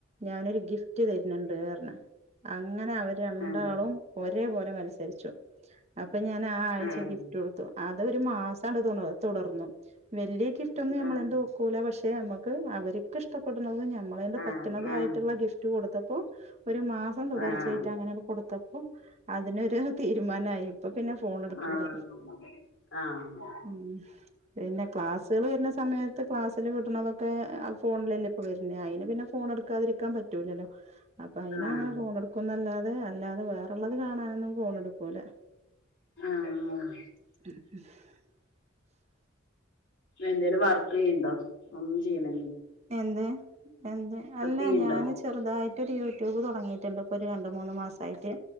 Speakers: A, on the right; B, on the left.
A: ഞാനൊരു ഗിഫ്റ്റ് തരുന്നുണ്ട് കാരണം അങ്ങനെ അവര് രണ്ടാളും
B: ആഹ്
A: ഒരേപോലെ മനസ- അനുസരിച്ചു അപ്പൊ ഞാൻ ആ ആഴ്ച
B: ആഹ്
A: ഗിഫ്റ്റ് കൊടുത്തു അതൊ ഒരു മാസാണ്ട് തു തുടർന്നു വലിയ ഗിഫ്റ്റ് ഒന്നും നമ്മളെന്ത്
B: ആഹ്
A: ഒക്കൂല പക്ഷെ നമ്മുക്ക് അവർക്ക് ഇഷ്ടപ്പെട്ട നമ്മള
B: ആഹ്
A: പറ്റണത ആട്ടുള്ള ഗിഫ്റ്റ് കൊടുത്തപ്പോ ഒരു മാസം തുടർച്ചയായിട്ട്
B: ആഹ്
A: അങ്ങനെയ കൊടുത്ത അപ്പ അതിനൊരു തീരുമാനമായി ഇപ്പൊ പിന്നെ ഫോൺ എടുക്കൂല
B: ആഹ് ആഹ് ആഹ് ആഹ്
A: ഉ പിന്നെ ക്ലാസ്സുകൾ വരുന്ന സമയത്ത് ക്ലാസ്സൽ വിടണതൊക്കെ- ഫോണിലല്ല ഇപ്പ വരുന്ന അന് പിന്നെ ഫോൺ എടുക്കാതിരിക്കാൻ പറ്റൂില്ലല്ലോ അപ്പൊ അനെ
B: ആഹ്
A: ടുക്കുന്നല്ലാതെ അല്ലാതെ വേറള്ളത് കാണാനൊന്നും ഫോണ് എടുക്കൂല്ലെ
B: ആഹ! ആഹ!
A: <inaudible>
B: എന്തേലും വർക്ക് ചെയ്യുന്നുണ്ടോ ഒന്നും ചെയ്യണ
A: എന്ത് എന്ത് അല്ല
B: ചെയ്യണ്ടോ
A: ഞാന് ചെറുതായിട്ടരു യ ട്യൂബ് തുടങ്ങിയിട്ടുണ്ട് ഇപ്പൊ ഒരു രണ്ട മൂന്ന് മാസയിട്ട്